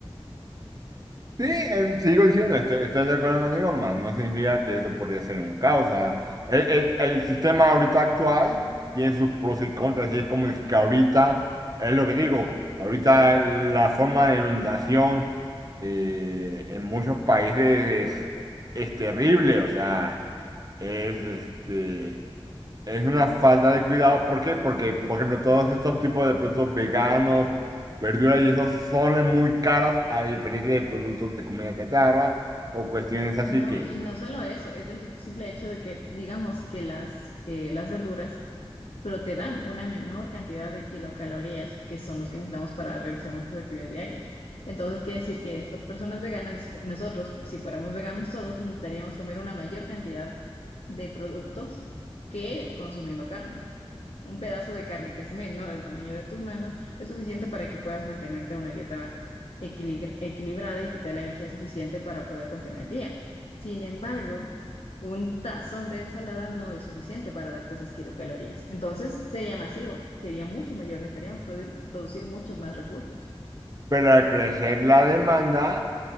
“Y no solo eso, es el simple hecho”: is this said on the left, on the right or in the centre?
Left